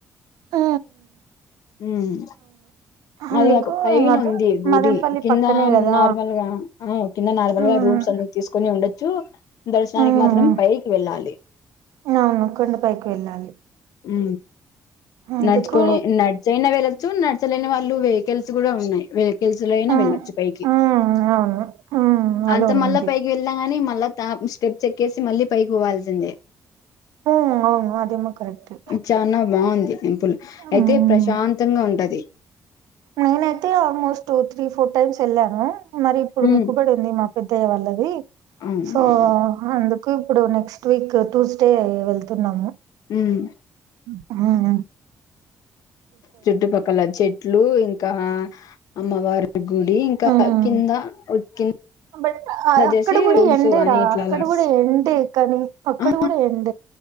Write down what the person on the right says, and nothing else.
ఆ.
అందుకు
అటు
మదనపల్లి
పక్కనే కదా
మ్మ్
మ్మ్
అవును కొండపైకి వెళ్ళాలి
అందుకు
మ్మ్
మ్మ్ అవును మ్మ్ అలా
ఉంది
హ అవును. అదేమో కరెక్టే
మ్మ్
నేనైతే ఆల్మోస్ట్ త్రీ ఫోర్ టైమ్స్ వెళ్ళాను. మరి ఇప్పుడు
ముక్కుబడి ఉంది మా. పెద్దయ్య వాళ్ళది.
సో అందు. ఇప్పుడు నెక్స్ట్ వీక్ ట్యూస్డే వెళ్తున్నాము.
హ ఆ
హ్మ్
బట్
అక్కడ కూడా
ఎండే
రా
అక్కడ
కూడా ఎండే కానీ అక్కడ
కూడా ఏండ